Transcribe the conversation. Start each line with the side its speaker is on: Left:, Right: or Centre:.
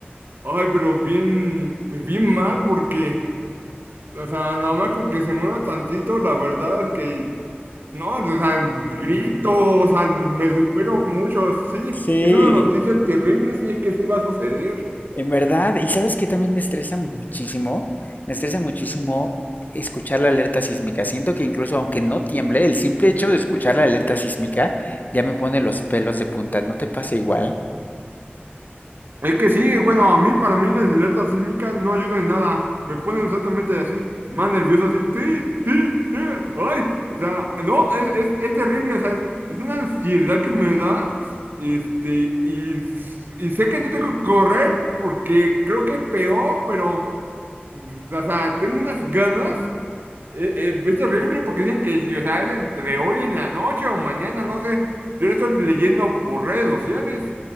Right: ay, pero bien, pues bien mal, porque, o sea, nada más con que se mueva tantito, la verdad es que, no, o sea, grito, o sea, me desespero mucho, sí,
Left: Sí,
Right: es una noticia terrible, si es que sí va a suceder.
Left: En verdad, y sabes qué también me estresa muchísimo, me estresa muchísimo escuchar la alerta sísmica. Siento que incluso aunque no tiemble, el simple hecho de escuchar la alerta sísmica ya me pone los pelos de punta. ¿No te pasa igual?
Right: Es que sí, bueno, a mí, para mí las alertas sísmicas no ayudan en nada. Me ponen exactamente así, más nervioso, así, ti, ti, ti, ay, o sea, no, es, es, es terrible, o sea, es, es una ansiedad que me da, este, y, s- y sé que no tengo que correr porque creo que es peor, pero, mm, o sea, tengo unas ganas, eh, eh, es terrible porque dicen que, o sea, es entre hoy en la noche o mañana, no sé, yo lo estoy leyendo por redes sociales.